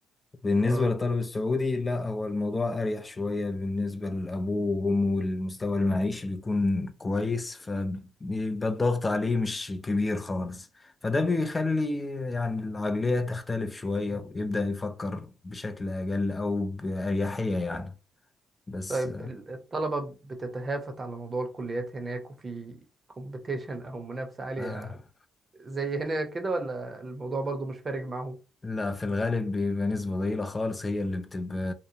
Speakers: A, on the left (about 25°); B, on the right (about 30°).
A: بالنسبة
B: اه
A: للطالب السعودي لا هو الموضوع أريح شوية بالنسبة لأبوه وأمه والمستوى المعيشي بيكون كويس فبيبقى الضغط عليه مش كبير خالص فده بيخلي يعني العقلية تختلف شوية ويبدأ يفكر بشكل أقل أو بأريحية يعني بس
B: طيب ال- الطلبة بتتهافت على موضوع الكليات هناك وفي كومبيتيشن أو منافسة عالية
A: آه
B: زي هنا كده ولا الموضوع برضو مش فارق معاهم؟
A: لا في الغالب بيبقى نسبة ضئيلة خالص هي اللي بتبقى